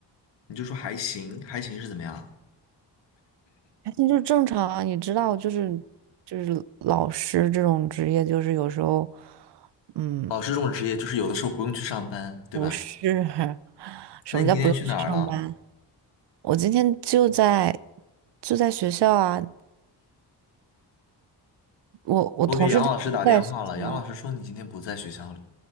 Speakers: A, on the left; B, on the right.
A: 你就说还行，还行是怎么样？
B: 那就正常啊，你知道，就是就是老师这种职业，就是有时候，嗯，
A: 老师这种职业就是有的时候不用去上班，对吧？
B: 不是 <laughs> 什么叫不用去上班。
A: 那你今天去哪儿了？
B: 我今天就在就在学校啊，我我同事他都在学校，
A: 我给杨老师打电话了，杨老师说你今天不在学校里，